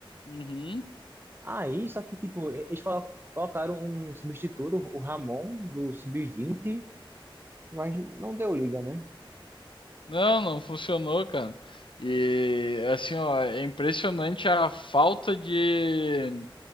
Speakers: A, on the left; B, on the right.
A: Uhum.
B: Aí, só que, tipo, eles colo- colocaram um substituto, o Ramon, do Sub-20, mas não deu liga, né?
A: Não, não funcionou, cara. E assim, ó, é impressionante a falta de,